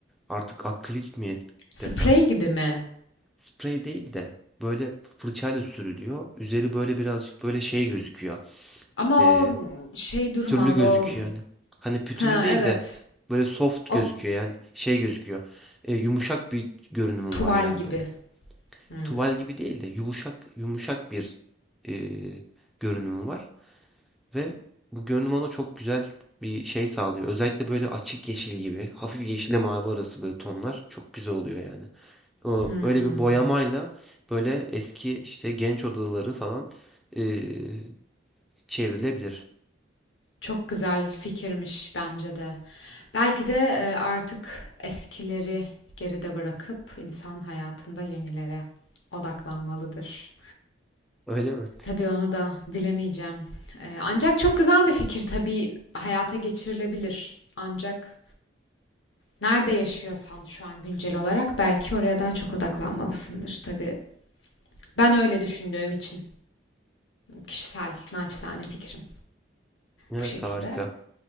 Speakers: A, in the centre; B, on the left.
A: artık akrilik mi
B: Sprey
A: desem
B: gibi mi?
A: Sprey değil de böyle fırçayla sürülüyor. Üzeri böyle birazcık böyle şey gözüküyor.
B: Ama
A: Eee,
B: o mm, şey
A: pütürlü
B: durmaz.
A: gözüküyor
B: O hmm,
A: yani. Hani pütürlü
B: ha
A: değil
B: evet.
A: de böyle soft
B: O
A: gözüküyor yani şey gözüküyor. Eee, yumuşak bir görünümü
B: tuval
A: var yani
B: gibi.
A: böyle.
B: Hmm,
A: Tuval gibi değil de yumuşak yumuşak bir eee görünümü var ve bu görünüm ona çok güzel bir şey sağlıyor. Özellikle böyle açık yeşil gibi, hafif yeşille mavi arası böyle tonlar çok güzel oluyor yani. O
B: hmm.
A: öyle bir boyamayla böyle eski işte genç odaları falan, eee, çevrilebilir.
B: Çok güzel fikirmiş bence de. Belki de e, artık eskileri geride bırakıp insan hayatında yenilere odaklanmalıdır.
A: Öyle mi?
B: Tabii onu da bilemeyeceğim. E, ancak çok güzel bir fikir tabii hayata geçirilebilir. Ancak Nerede yaşıyorsan şu an güncel olarak belki oraya daha çok odaklanmalısındır tabii. Ben öyle düşündüğüm için kişisel naçizane fikrim
A: Evet,
B: bu şekilde.
A: harika.